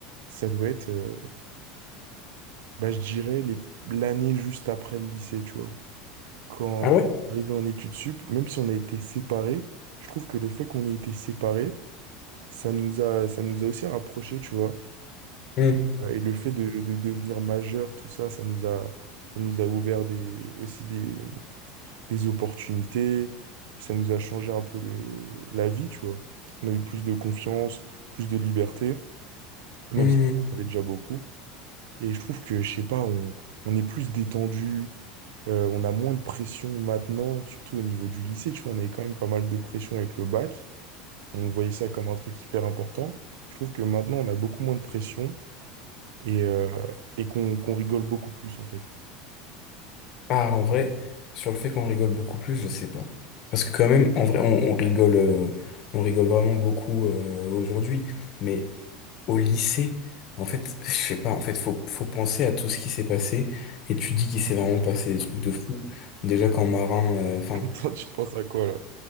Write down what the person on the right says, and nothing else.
ça doit être, euh, bah, je dirais, les- l'année juste après le lycée, tu vois. Quand,
quand on est arrivé en études sup, même si on a été séparés, je trouve que le fait qu'on ait été séparés, ça nous a, ça nous a aussi rapprochés, tu vois.
Euh, Et le fait de, de devenir majeur, tout ça, ça nous a, ça nous a ouvert des, aussi des, des opportunités. ça nous a changé un peu le, la vie, tu vois. On a eu plus de confiance, plus de liberté, même
si on en avait déjà beaucoup. Et je trouve que, je sais pas, on, on est plus détendu, euh, on a moins de pression maintenant, surtout au niveau du lycée, tu vois, on avait quand même pas mal de pression avec le bac, on voyait ça comme un truc hyper important. Je trouve que maintenant, on a beaucoup moins de pression et, euh, et qu'on qu'on rigole beaucoup plus, en fait.
<laughs> Attends, tu penses à quoi, là?